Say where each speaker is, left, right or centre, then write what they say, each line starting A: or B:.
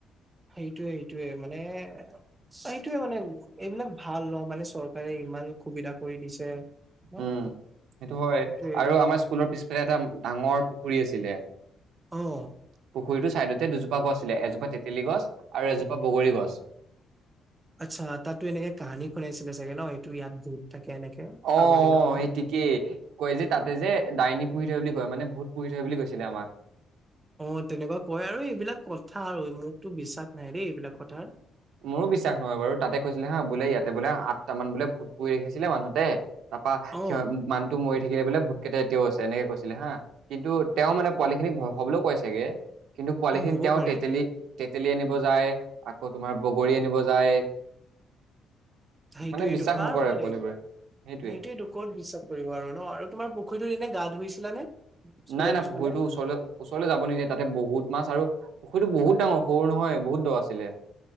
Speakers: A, on the right (about 20°); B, on the right (about 80°).
A: সেইটোৱে সেইটোৱে মানে সেইটোৱে মানে এইবিলাক ভাল ন মানে চৰকাৰে ইমান সুবিধা কৰি দিছে। ন
B: উম, সেইটো হয়
A: সেইটোয়ে
B: আৰু আমাৰ স্কুলৰ পিছফালে এটা ডাঙৰ পুখুৰী আছিলে। পু
A: অ
B: পুখুৰীটোৰ চাইডতে দুজোপা গছ আছিলে। এজোপা তেতেলী গছ আৰু এজোপা বগৰী গছ।
A: আচ্ছা তাতো এনেকে কাহানী শুনাইছিলে চাগে ন এইটো ইয়াত বহুত থাকে। এনেকে
B: অ
A: আগৰ
B: অ
A: দিনৰ আৰু
B: সেই ঠিকেই, কয় যে তাতে যে ডাইনী পুহি থয় বুলি কয় মানে ভূত পুহি থয় বুলি কৈছিলে আমাক।
A: অ তেনেকুৱা কয় আৰু এইবিলাক কথা আৰু মোকতো বিশ্বাস নাই দেই এইবিলাক কথাত
B: মোৰো বিশ্বাস নহয় বাৰু তাতে কৈছিলে হা বোলে ইয়াতে বোলে আঠটামান বোলে ভূত পুহি ৰাখিছিলে মানুহ এটাই তাপা
A: অ
B: সি মানুহটো মৰি থাকিলে বোলে ভূত কেইটা এতিয়াও আছে এনেকে কৈছিলে হা, কিন্তু তেওঁ মানে পোৱালি খিনিক ভয় খোৱাবলৈও কয় চাগে কিন্তু পোৱালিখিনি
A: অ হ'ব
B: তেওঁ
A: পাৰে
B: তেতেলী তেতেলী আনিব যায়। আকৌ তোমাৰ বগৰী আনিব যায়।
A: সেইটোৱেটো
B: মানে বিশ্বাস
A: কাৰ
B: নকৰে
A: ভয় লাগিব
B: পোৱালিবোৰে
A: আৰু
B: সেইটোৱে
A: সেইটোৱেটো ক'ত বিশ্বাস কৰিব আৰু ন আৰু তোমাৰ পুুখুৰীটোত এনেই গা ধুইছিলা নে? স্কুলৰ
B: নাই নাই
A: পিছফালে
B: পুখুৰীটো ওচৰলৈ ওচৰলৈ যাব নিদিয়ে তাতে বহুত মাছ আৰু পুখুৰীটো বহুত ডাঙৰ সৰু নহয় বহুত দৰ আছিলে।